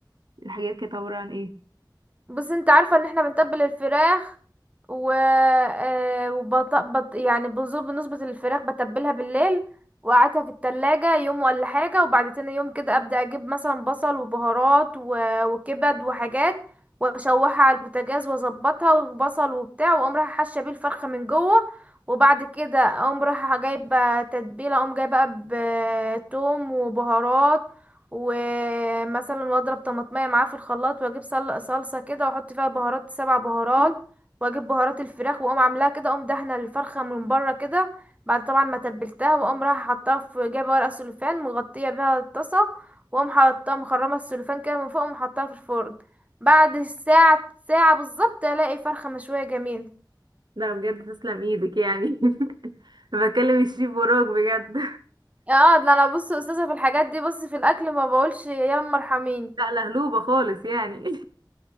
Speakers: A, on the right; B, on the right.
A: الحاجات كانت عبارة عن ايه
B: بس انت عارفة ان احنا بنتبل الفراخ و آه، وبط... بط... يعني بظبط بنظبط الفراخ بتبلها بالليل وقعدها في التلاجة يوم ولا حاجة وبعد تاني يوم كده ابدأ اجيب مثلا بصل وبهارات و... وكبد وحاجات واشوحها على البوتاجاز واظبطها وبصل وبتاع واقوم رايحة حاشة بيه الفرخة من جوه وبعد كده اقوم رايحة جايبة تتبيلة اقوم جايبة بقى بتوم وبهارات ومثلا واضرب طماطمية معاه في الخلاط واجيب سل- صلصة كده واحط فيها بهارات سبع بهارات واجيب بهارات الفراخ واقوم عاملاها كده اقوم دهنه الفرخة من بره كده بعد طبعا ما تبلتها واقوم رايحة حطاها في جايبة ورق سلوفان مغطية بيها الطاسة واقوم حاطاها مخرمة السلوفان كده من فوق واقوم حطاها في الفرن بعد ساعة ساعة بالظبط الاقي فرخة مشوية جميلة
A: لا بجد تسلم ايدك يعني <laughs> بكلم الشيف وراك بجد
B: اه ده انا بص استاذة في الحاجات دي بص في الاكل ما بقولش يا ام ارحميني
A: لا لهلوبة خالص يعني <laughs>